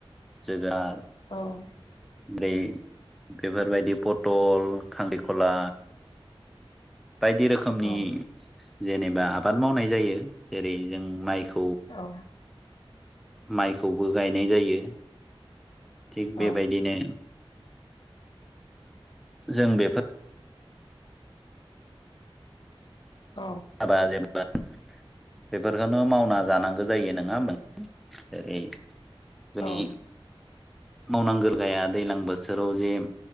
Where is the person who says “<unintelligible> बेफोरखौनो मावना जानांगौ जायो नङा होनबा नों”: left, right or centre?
Centre